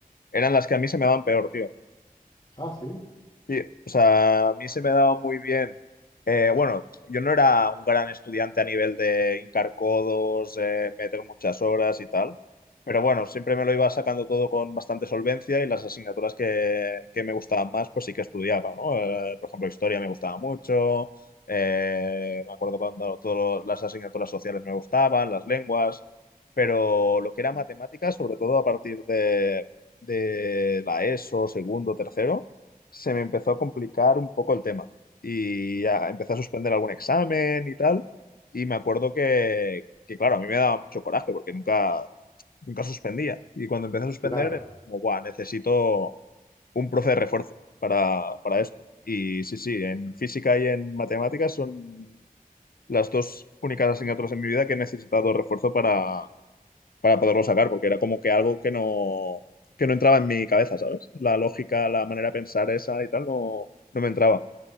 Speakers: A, on the left; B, on the left.
A: eran las que a mí se me van peor, tío.
B: Ah, sí,
A: Sí, o sea, a mí se me daba muy bien. Eh, bueno, yo no era un gran estudiante a nivel de hincar codos, eh, meter muchas horas y tal, pero bueno, siempre me lo iba sacando todo con bastante solvencia y las asignaturas que, que me gustaban más, pues sí que estudiaba, ¿no? Eh, por ejemplo, historia me gustaba mucho, eh, me acuerdo cuando todas las asignaturas sociales me gustaban, las lenguas, pero lo que era matemáticas, sobre todo a partir de, de la ESO, segundo, tercero se me empezó a complicar un poco el tema y ya empecé a suspender algún examen y tal. Y me acuerdo que, que, claro, a mí me daba mucho coraje porque nunca, nunca suspendía. Y cuando empecé a suspender,
B: claro.
A: era como, "Buah, necesito un profe de refuerzo para, para esto. Y sí, sí, en física y en matemáticas son las dos únicas asignaturas en mi vida que he necesitado refuerzo para, para poderlo sacar, porque era como que algo que no, que no entraba en mi cabeza, ¿sabes? La lógica, la manera de pensar esa y tal, no, no me entraba.